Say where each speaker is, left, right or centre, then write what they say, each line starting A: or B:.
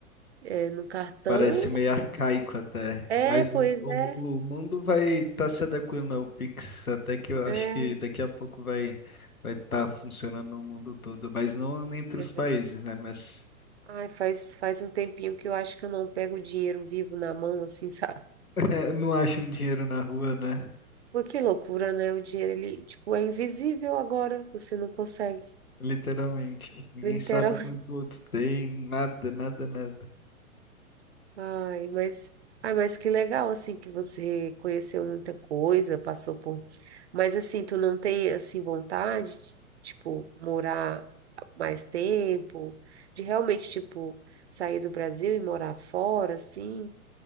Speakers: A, on the right; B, on the left.
A: É, no cartão?
B: Parece meio arcaico até.
A: É,
B: Mas
A: pois
B: o, o-
A: é.
B: o mundo vai estar se adequando ao Pix, até que eu
A: É.
B: acho que daqui a pouco vai vai estar funcionando no mundo todo. Mas não entre
A: Meu
B: os
A: Deus.
B: países, né? Mas
A: Ai, faz, faz um tempinho que eu acho que eu não pego o dinheiro vivo na mão, assim, <laughs> sabe?
B: <laughs> é, não acham dinheiro na rua, né?
A: Pô, que loucura, né? O dinheiro, ele, tipo, é invisível agora. Você não consegue.
B: Literalmente. Ninguém
A: Literal.
B: sabe quanto o outro tem, nada, nada, nada.
A: Ai, mas, ai, mas que legal, assim, que você conheceu muita coisa, passou por... Mas, assim, tu não tem, assim, vontade de, tipo, morar mais tempo? De realmente, tipo, sair do Brasil e morar fora, assim?